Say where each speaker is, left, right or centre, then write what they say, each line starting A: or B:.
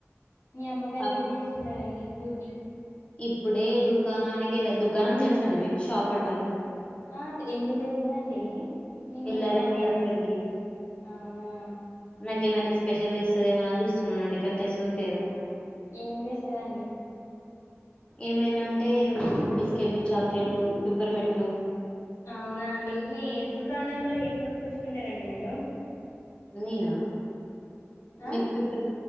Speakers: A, on the left; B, on the left.
A: మీ అమ్మగార్
B: అప్
A: ఏం జేస్తున్నారండి క్యూటీ
B: ఇప్పుడే దుకాణాని కేళ్ళ దుకాణం దేల్సండీ మీకు షాపంటరు
A: ఆ ఎందు తెల్వదండి నేనేమ్
B: ఎళ్ళారండి
A: అక్కడ
B: అక్కడికి
A: ఔనా
B: నాకేమైనా స్పెషల్ దేస్తదేమో ఎవన్ జూస్తున్నానండి కానీ తెస్ దో తేదో
A: ఏం దేస్సదండి
B: ఏమైనంటే బిస్కెట్లు చాక్లెట్లు పిపర్ మెట్లు
A: ఔనాండి మీ దుకాణంలో ఏమ్ కొనుగోచ్చుకుంటారండి మీరు
B: నేనా
A: ఆ
B: మీక్ పిపర్